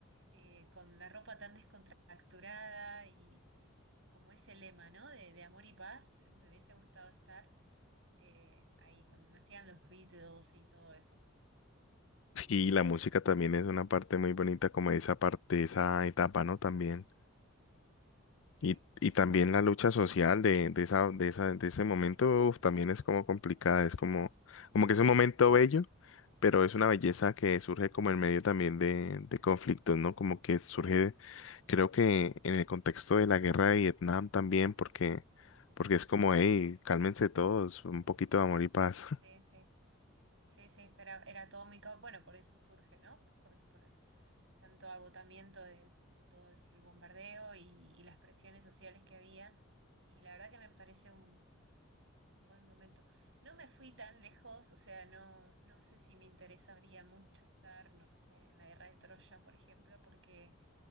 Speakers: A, on the right; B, on the left.
A: eh, con la ropa tan descontracturada y, y como ese lema, ¿no? De, de amor y paz, eh, me hubiese gustado estar eh, ahí, cuando nacían los Beatles y todo eso.
B: Sí, la música también es una parte muy bonita, como esa parte, esa etapa, ¿no? También.
A: Sí,
B: Y,
A: sí,
B: y también
A: sí.
B: la lucha social de, de esa, de esa, de ese momento, uf, también es como complicada, es como, como que es un momento bello, pero es una belleza que surge como en medio también de, de conflictos, ¿no? Como que surge, creo que en el contexto de la guerra de Vietnam también, porque, porque es
A: Ujú.
B: como, hey, cálmense todos, un poquito de amor y paz. <laughs>
A: Sí, sí, sí, sí, era, era todo mi Bueno, por eso surge, ¿no? Por, por tanto agotamiento de, de- de todo el bombardeo y, y las presiones sociales que había. Y la verdad que me parece un, Un buen momento. No me fui tan lejos, o sea, no, no sé si me interesaría mucho estar, no sé, en la guerra de Troya, por ejemplo, porque